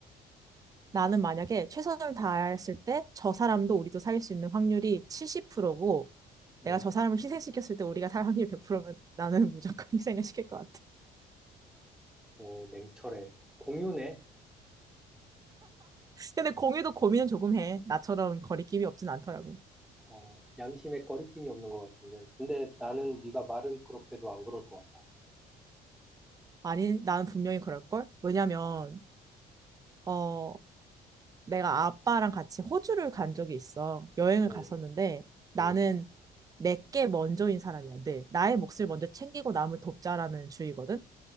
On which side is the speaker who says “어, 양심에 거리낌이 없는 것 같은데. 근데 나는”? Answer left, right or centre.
Centre